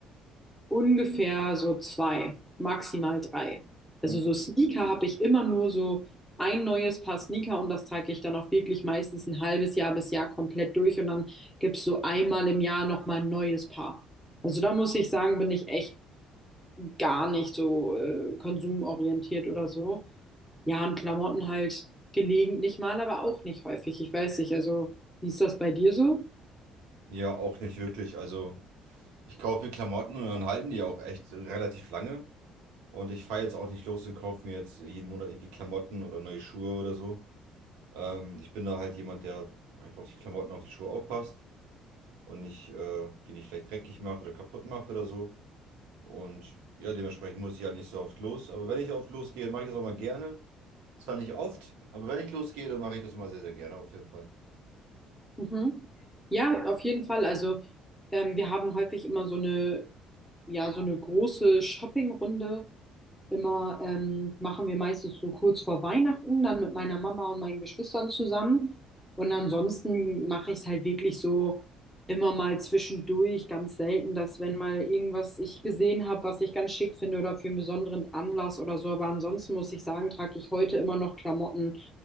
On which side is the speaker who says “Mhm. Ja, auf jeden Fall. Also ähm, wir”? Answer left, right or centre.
Centre